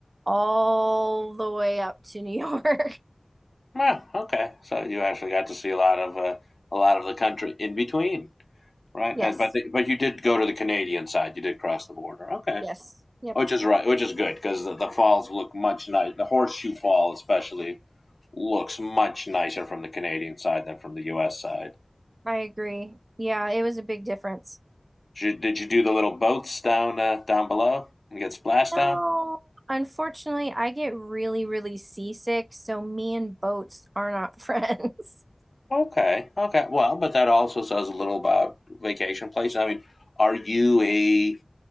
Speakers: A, on the right (about 60°); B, on the left (about 65°).
A: all the way up to New York. <laughs>
B: Ah, okay, so you actually got to see a lot of uh, a lot of the country in between, right?
A: Yes.
B: And, but the, but you did go to the Canadian side. You did cross the border. Okay,
A: Yes. Yep.
B: which is right, which is good because the, the falls look much nice. The Horseshoe Fall especially looks much nicer from the Canadian side than from the U.S. side.
A: I agree. Yeah, it was a big difference.
B: Did you, did you do the little boats down uh, down below and get splashed
A: No,
B: on?
A: unfortunately, I get really, really seasick, so me and boats are not <laughs> friends.
B: Okay, okay. Well, but that also says a little about vacation place. I mean, are you a